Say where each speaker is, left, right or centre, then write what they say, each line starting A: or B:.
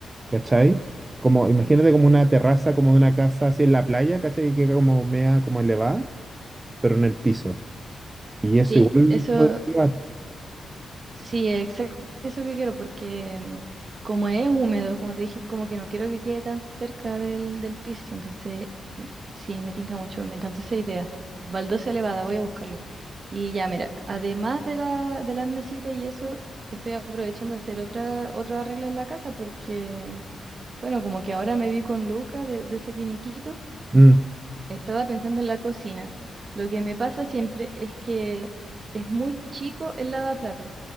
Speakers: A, on the right; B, on the right.
A: ¿cachai? Como, imagínate como una terraza, como de una casa así en la playa, ¿cachai? Que queda como mea, como elevada, pero en el piso. Y eso
B: Sí,
A: igual
B: eso,
A: podría llevar.
B: Sí, exacto eso que quiero, porque mm, como es húmedo, como te dije, como que no quiero que quede tan cerca del, del piso, entonces mm, sí, me tinca mucho, me encantó esa idea. Baldosa elevada, voy a buscarlo. Y ya, mira, además de la, de las mesitas y eso, estoy aprovechando a hacer otra, otro arreglo en la casa porque, bueno, como que ahora me vi con Luca de, de ese finiquito,
A: Mm,
B: estaba pensando en la cocina. Lo que me pasa siempre es que es muy chico el lavaplatos